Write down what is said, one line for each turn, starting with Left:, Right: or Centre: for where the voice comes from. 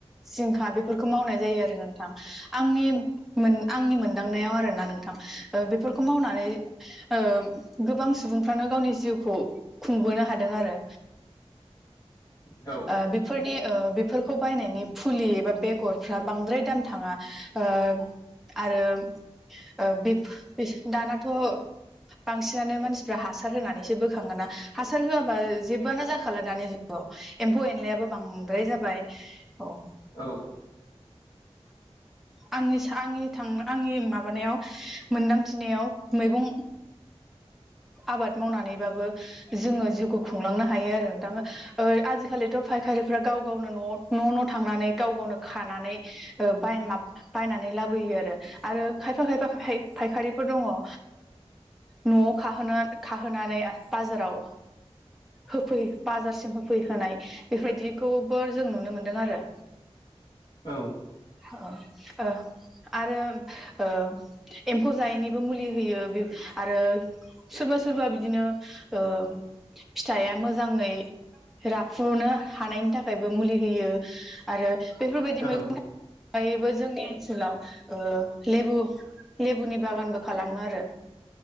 Centre: जिंखा बेफोरखौ मावनाय जायो आरो नोंथां आंनि मोन आंनि मोन दांनायाव आरोना नोंथां ओ बेफोरखौ मावनानै ओ गोबां सुबुंफ्रानो गावनि जिउखौ खुंबोनो हादों आरो
Left: औ
Centre: ओ बेफोरनि ओ बेफोरखौ बायनायनि फुलि एबा बेगर फ्रा बांद्राय दाम थाङा ओ आरो ओ बे दानाथ' बांसिनानो मानसिफ्रा हासार होनानैसो बोखाङोना हासार होआबा जेबोआनो जाखाला दानि जु गाव एम्फौ एनलायाबो बांद्राय जाबाय औ
Left: औ
Centre: आंनि सा आंनि थां आंनि माबानायाव मोनदांथिनायाव मैगं आबाद मावनानैबाबो जोङो जिउखौ खुंलांनो हायो आरो नोंथां ओ आजिखालिथ' फायखारि गाव गावनो न' न' न' थांनानै गाव गावनो खानानै ओ बाय मा बायनानै लाबोयो आरो आरो खायफा खायफा फाय-फायखारिफोर दङ ओ न'आव खाहोना खाहोनानै बाजाराव होफै बाजारसिम होफैहोनाय बेबायदि खौबो जों नुनो मोन्दों आरो
Left: औ
Centre: ओ ओ आरो ओ एम्फौ जायैनिबो मुलि होयो ओ आरो सोरबा सोरबा बिदिनो ओ फिथाइआ मोजाङै राफुनो हानायनि थाखायबो मुलि होयो आरो बेफोरबायदि
Left: औ
Centre: मैगं अगायबो जोंनि ओनसोलाव ओ लेबु लेबुनि बागानबो खालामो आरो